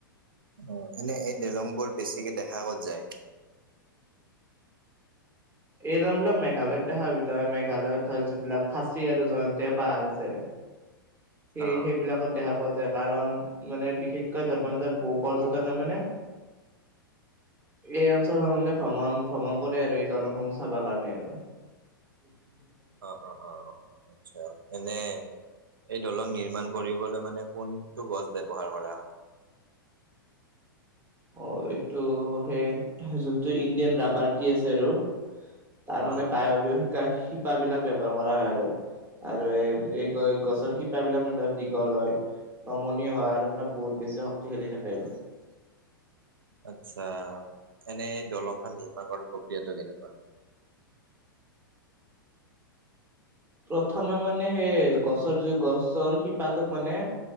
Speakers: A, on the right (about 70°); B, on the right (about 15°).
A: অ' এনে এই দলং বোৰ বেছিকে দেখা ক'ত যায়।
B: এই দলংবিলাক মেঘালয়ত দেখাবি তই মেঘালয়ত ধৰ, যোনবিলাক খাচী আৰু জয়ন্তীয়া পাহাৰ আছে। সেই,
A: অ
B: সেইবিলাকত দেখা পোৱা যায়। কাৰণ মানে বিশেষকৈ ধৰ্মমানৰ বহু পৰ্যটকে মানে এই অঞ্চল সমুহ মানে ভ্ৰমণ ভ্ৰমণ কৰে আৰু এই দলং সমুহ চাব কাৰণে আৰু <inaudible>
A: অৱ অৱ অৱ আচ্ছা, এনে এই দলং নিৰ্মাণ কৰিবলৈ মানে কোনটো গছ ব্যৱহাৰ কৰা হয়?
B: অ এইটো সেই যোনটো ইণ্ডিয়ান ৰাবাৰটি আছে আৰু তাৰ
A: অ
B: মানে বায়বীয় শিকা শিপাবিলাক ব্যৱহাৰ কৰা হয় আৰু আৰু এই এই গছৰ শিপাবিলাক মানে ধৰ দীঘল হয়। নমনীয় হয় আৰু মানে বহুত বেছি শক্তিশালী থাকে।
A: <inaudible>
B: আৰু
A: আচ্ছা, এনেই দলং খন নিৰ্মাণ কৰা প্ৰক্ৰিয়াটো কেনেকুৱা?
B: প্ৰথমে মানে সেই গছৰ যে গছৰ শিপাটোক মানে